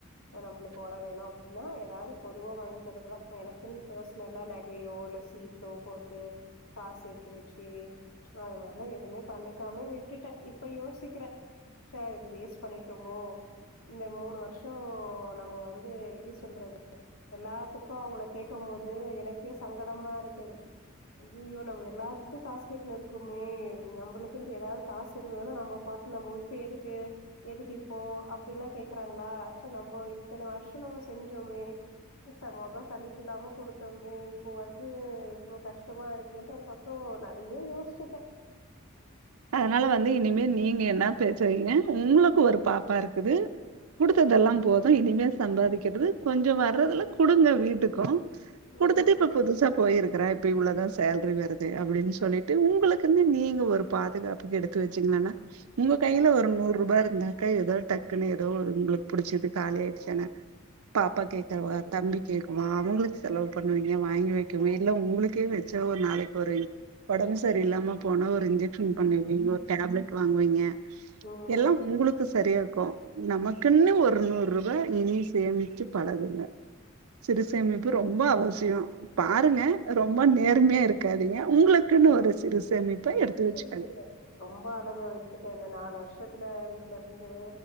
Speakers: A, on the left; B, on the right.
A: நம்மளுக்கு போட வேணு அப்டி னா ஏதாவது பொதுவா வாங்கிக்கிறதுதா எனக்குன்னு ப்ரஸ்னலா நகையோ இல்ல சீட்டோ போட்டு காசு சேத்து வச்சு அது மாரிலா எதுமே பண்ணிக்காமே விட்டுட்டே இப்ப யோசிக்கிறே ச்ச வேஸ்ட் பண்ணிட்டோமோ இந்த மூணு வருஷோ நம்ம வந்து எப்படி சொல்றது எல்லாத்துக்கு அவுங்கள கேக்கும் போது எனக்கே சங்கடமா இருக் ஐய்ய்யோ நம்ம எல்லாத்துக்கு காசு கேட்டுனு இருக்குமே நம்மளுக்குட்டு ஏதாவது காசு இருந்ததுன்னா நம்மட்டு நம இப்ப எதுக்கு எதுக்கு இப்போ அப்படின்னா கேக்குறாங்களா ச்ச நம்மோ இத்தன வருஷம் நம்ம செஞ்சோமே முகம் சலிப்பு இல்லாம கொடுத்தோமே இப்போ வந்து து இவ்ளோ கஷ்டமா இருக்கேன்ட்டு ஒரு பக்கோ நிறைய யோசிச்சுட்டே
B: அதனால வந்து இனிமே நீங்க என்னா பேசுறீங்க உங்களுக்கு ஒரு பாப்பா இருக்குது குடுத்ததெல்லாம் போது இனிமே சம்பாதிக்கிறது கொஞ்ச வர்றதுல குடுங்க வீட்டுக்கு
A: ம்
B: குடுத்துட்டு இப்ப புதுசா போயிருக்குறே இப்ப இவ்ளதா சேல்ரி வருது அப்பிடின்னு சொல்லிட்டு உங்களுக்குன்னு நீங்க ஒரு பாதுகாப்புக்கு எடுத்து வச்சீங்லானா உங்க கைல ஒரு நூறு ரூபா இருந்தாக்கா எதோ டக்குன்னு எதோ உங்களுக்கு புடிச்சது காலி ஆயிடுச்சுனா பாப்பா கேக்குறவா
A: ம்
B: தம்பி கேக்குவா அவுங்களுக்கு செலவு பண்ணுவீங்க வாங்கி வைக்கவு இல்ல உங்களுக்கே வெச்சா ஒரு நாளைக்கி ஒரு ஒடம்பு சரி இல்லாம போன ஒரு இஞ்ச க்‌ஷன் பண்ணுவீங்க ஒரு டேப்லெட் வாங்குவீங்க
A: ம்
B: எல்லா உங்களுக் கு சரியா இருக்கு நமக்குன்னு ஒரு நூறு ரூபா இனியும் சேமிச்சு பழகுங்க சிறுசேமிப்பு ரொம்ப அவசியோ
A: கண்டிப்
B: பாருங்க அ ரொம்ப நேர்மையா இரு க்காதீங்க உங்களுக்குன்னு ஒரு சிறுசேமிப்ப எடுத்து வச்
A: ச்சுட்டே ரொம்ப அனுபவிச்சுட்டே நாலு வருஷத்துல வீட்ல இருந்து